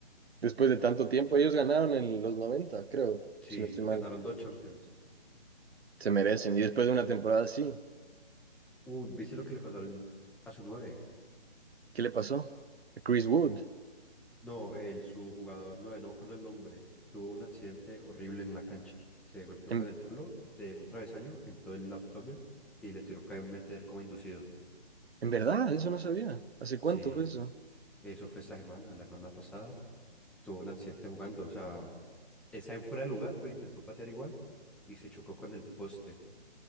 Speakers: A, on the right; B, in the centre.
A: Después de tanto tiempo, ellos ganaron en los 90 creo,
B: Sí,
A: si no estoy mal.
B: ganaron dos Champions.
A: Se merecen. Y después de una temporada así,
B: Uy, ¿viste lo que le pasó al- a su nueve?
A: ¿qué le pasó? A Chris Wood.
B: No, el, su jugador nueve, no me acuerdo el nombre. Tuvo un accidente horrible en la cancha. Se golpeó
A: En,
B: con el palo de un travesaño en todo el abdomen y le tuvieron que meter como inducido.
A: en verdad, eso no sabía. ¿Hace cuánto
B: Sí,
A: fue eso?
B: eso fue esta semana, la semana pasada. Tuvo un accidente jugando, o sea, está en fuera de lugar, pero intentó patear igual y se chocó con el poste